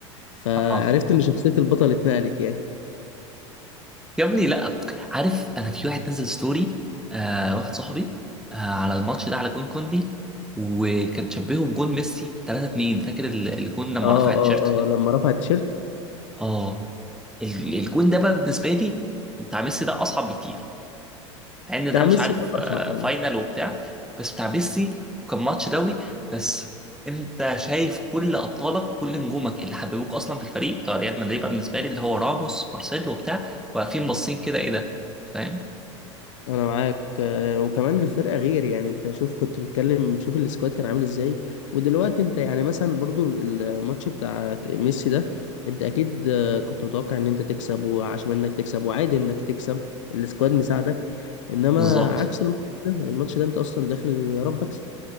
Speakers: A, on the left; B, in the centre.
A: فعرفت
B: اه
A: ان شخصية البطل اتنقلت يعني
B: يا ابني لا عارف انا في واحد نزل ستوري آه واحد صاحبي آه على الماتش ده على جون كوندي وكان شبهه بجون ميسي 3 2 فاكر ال- الجون لما
A: اه
B: رفع التيشيرت
A: اه
B: ده؟
A: اه لما رفع التيشيرت
B: اه ال- الجون ده بقى بالنسبه لي بتاع ميسي ده اصعب بكتير مع ان
A: بتاع
B: ده مش
A: ميسي
B: عارف
A: كان اصعب
B: آه،
A: اه.
B: فاينل وبتاع بس بتاع ميسي وكان ماتش دوري بس انت شايف كل ابطالك وكل نجومك اللي حببوك اصلا في الفريق بتاع ريال مدريد بقى بالنسبه لي اللي هو راموس مارسيلو وبتاع واقفين باصين كده ايه ده فاهم
A: انا معاك آه، وكمان الفرقه غير يعني انت شوف كنت بتكلم شوف السكواد كان عامل ازاي ودلوقتي انت يعني مثلا برضو الماتش بتاع ميسي ده انت اكيد آه، كنت متوقع ان انت تكسب وعشان انك تكسب وعادي انك تكسب السكواد مساعدك انما
B: بالظبط
A: عكس الماتش ده الماتش ده انت اصلا داخل يا رب اكسب